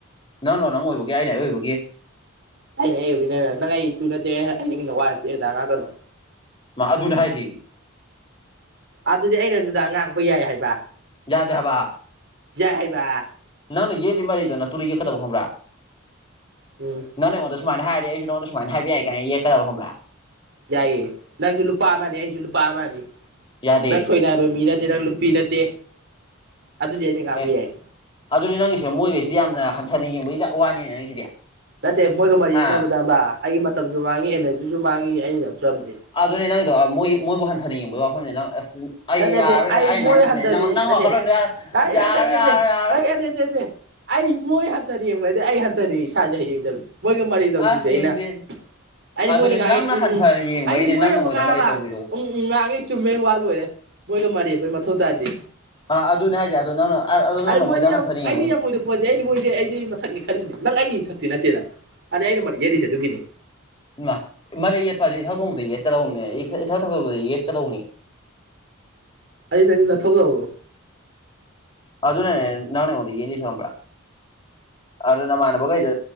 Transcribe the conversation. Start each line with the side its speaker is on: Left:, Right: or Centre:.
Left: ꯅꯪꯅ ꯅꯪ ꯑꯣꯏꯕꯒꯤ ꯑꯩꯅ ꯑꯩ ꯑꯣꯏꯕꯒꯤ
Right: ꯑꯩꯅ ꯑꯩ ꯑꯣꯏꯕꯩ ꯅ ꯅꯪ ꯑꯩ ꯏꯇꯨ ꯅꯠꯇꯦꯍ ꯑꯩ ꯅꯪꯒꯤ ꯅꯥꯋꯥ ꯅꯠꯇꯦ ꯑꯗꯥꯏ ꯉꯥꯡꯉꯛꯀꯅꯨ
Left: ꯃꯥ ꯑꯗꯨꯅꯦ ꯍꯥꯏꯖꯦ
Right: ꯑꯗꯨꯗꯤ ꯑꯩꯅꯁꯨ ꯗꯥ ꯑꯉꯥꯡꯕꯨ ꯌꯥꯏ ꯍꯥꯏꯕ
Left: ꯌꯥꯗꯦ ꯍꯥꯏꯕꯥ
Right: ꯌꯥꯏ ꯍꯥꯏꯕꯥ
Left: ꯅꯪꯅ ꯌꯦꯠꯂꯤ ꯃꯔꯩꯗꯨ ꯅꯥꯇꯨꯗꯥ ꯌꯦꯛꯀꯗꯕ ꯈꯪꯕ꯭ꯔꯥ
Right: ꯎꯝ
Left: ꯅꯪꯅ ꯑꯩꯉꯣꯟꯗ ꯁꯨꯃꯥꯏꯅ ꯍꯥꯏꯔꯗꯤ ꯑꯩꯁꯨ ꯅꯪꯉꯣꯟꯗꯥ ꯁꯨꯃꯥꯏꯅ ꯍꯥꯏꯕ ꯌꯥꯏ ꯀꯥꯏꯅꯥ ꯌꯦꯠꯀꯗꯕ ꯈꯪꯕ꯭ꯔꯥ
Right: ꯌꯥꯏꯑꯦ ꯅꯪꯁꯨ ꯅꯨꯨꯄꯥ ꯑꯃꯅꯤ ꯑꯩꯁꯨ ꯅꯨꯄꯥ ꯑꯃꯅꯤ
Left: ꯌꯥꯗꯦ
Right: ꯅꯪ ꯁꯣꯏꯅꯥꯏꯕ ꯃꯤ ꯅꯠ ꯇꯦ ꯅꯪ ꯅꯨꯄꯤ ꯅꯠꯇꯦ ꯑꯗꯨꯗꯤ ꯑꯩꯅ ꯉꯥꯡꯕ
Left: ꯑꯦ
Right: ꯌꯥꯏ
Left: ꯑꯗꯨꯗꯤ ꯅꯪꯒꯤꯁꯦ ꯃꯣꯏꯉꯩꯁꯤꯗꯤ ꯌꯥꯝꯅ ꯍꯟꯊꯅ ꯌꯦꯡꯕꯩ ꯖꯥꯠ ꯋꯥꯅꯤꯅꯦ ꯅꯪꯒꯤꯁꯤꯗꯤ
Right: ꯅꯠꯇꯦ ꯃꯣꯏꯒ ꯃꯔꯩ
Left: ꯍꯥ
Right: ꯌꯦꯠꯅꯕꯗꯕ ꯑꯩꯒꯤ ꯃꯇꯝꯁꯨ ꯃꯥꯡꯉꯤ ꯑꯦꯅꯔꯖꯤꯁꯨ ꯃꯥꯡꯉꯤ ꯑꯩꯅ ꯆꯝꯗꯦ
Left: ꯑꯗꯨꯅꯦ ꯅꯪꯒꯤꯗꯣ ꯑ ꯃꯣꯏ ꯃꯣꯏꯕꯨ ꯍꯟꯊꯅ ꯌꯦꯡꯕꯩ ꯋꯥꯐꯝꯅꯦ ꯅꯪ ꯑꯁ ꯑꯩ
Right: ꯅꯠꯇꯦ ꯅꯠꯇꯦ
Left: ꯌꯥꯔꯔꯣꯏꯗꯥ ꯑꯩ
Right: ꯃꯣꯏ
Left: ꯅꯍꯟꯒꯥꯩ
Right: ꯍꯟꯊꯗꯤ
Left: ꯇꯤꯟꯅꯩ ꯅꯪ ꯅꯪ
Right: ꯅꯠꯇꯦ
Left: ꯋꯥꯈꯜꯂꯣꯟꯗꯣ ꯌꯥꯔꯣꯏ
Right: ꯑꯩ
Left: ꯑꯁ ꯌꯥꯔꯣꯏ
Right: ꯅꯠꯇꯦ ꯅꯠꯇꯦ
Left: ꯌꯥꯔ‌ꯣꯏ ꯌꯥꯔ‌ꯣꯏ
Right: ꯑꯩ ꯅꯠꯇꯦ ꯅꯠꯇꯦ ꯑꯩ ꯃꯣꯏ ꯍꯟꯊꯅ ꯌꯦꯡꯕꯗꯤ ꯑꯩ ꯍꯟꯊꯅ ꯑꯩ ꯏꯁꯥꯁꯦ ꯍ ꯌꯦꯡꯖꯕ ꯃꯣꯏꯒ ꯃꯔꯩ ꯇꯧꯗꯔꯤꯁꯦ
Left: ꯑ
Right: ꯑꯩꯅꯥ
Left: ꯌꯦꯡꯗꯦ
Right: ꯑꯩꯗꯤ
Left: ꯑꯗꯨꯅꯦ
Right: ꯃꯣꯏꯅ ꯉꯥꯡꯉꯦ
Left: ꯅꯪꯅ
Right: ꯎꯝ
Left: ꯍꯟꯊꯅ
Right: ꯎꯝ
Left: ꯌꯦꯡꯕꯩꯅꯦ
Right: ꯑꯩꯗꯤ ꯃꯣꯏꯅꯕꯨ
Left: ꯅꯪꯅ ꯃꯣꯏꯗ
Right: ꯉꯥꯡꯉꯕ
Left: ꯃꯔꯩ ꯇꯧꯔꯤꯗꯣ
Right: ꯎꯝ ꯎꯝ ꯉꯥꯡꯉꯦ ꯆꯨꯝꯃꯦ ꯋꯥ ꯂꯣꯏꯔꯦ ꯃꯣꯏꯒ ꯃꯔꯩ ꯌꯦꯠꯄꯩ ꯃꯊꯧ ꯇꯥꯗꯦ
Left: ꯑ ꯑꯗꯨꯅꯦ ꯍꯥꯏꯖꯦ ꯑꯗꯨ ꯅꯪꯅ
Right: ꯑꯗ‌ ꯃꯣꯏꯗꯤ
Left: ꯃꯣꯏꯗ
Right: ꯌꯥꯝ
Left: ꯍꯟꯊꯅ ꯌꯦꯡꯕꯩꯅꯦ
Right: ꯑꯩꯅ ꯌꯥꯝ ꯑꯣꯏꯗꯕ ꯄꯣꯠꯁꯦ ꯑꯩꯅ ꯃꯣꯏꯁꯦ ꯑꯩꯗꯤ ꯃꯊꯛꯅꯤ ꯈꯜꯂꯤꯅꯦ ꯅꯪ ꯑꯩꯒꯤ ꯏꯊꯛ ꯇꯤ ꯅꯠꯇꯦꯗ ꯑꯗ ꯑꯩꯅ ꯃꯔꯤ ꯌꯦꯠꯔꯤꯁꯦ ꯑꯗꯨꯒꯤꯅꯤ
Left: ꯏꯃꯥ ꯃꯔꯩ ꯌꯦꯠꯄꯁ‌ꯦ ꯏꯊꯛ ꯊꯣꯡꯕꯗ ꯌꯦꯠꯀꯗꯧꯅꯤ ꯏ ꯏꯊꯛꯗ ꯌꯦꯠꯀꯗꯧꯅꯤ <inaudible>
Right: ꯑꯩ ꯅꯪꯗꯤ ꯅꯊꯧ ꯌꯥꯎꯔꯣ
Left: ꯑꯗꯨꯅꯅꯦ ꯅꯪꯅ ꯑꯩꯉꯣꯟꯗꯥ ꯌꯦꯠꯂꯤꯁꯦ ꯈꯪꯕ꯭ꯔ ꯑꯗꯨ ꯅꯃꯥꯟꯅꯕꯈꯩꯗ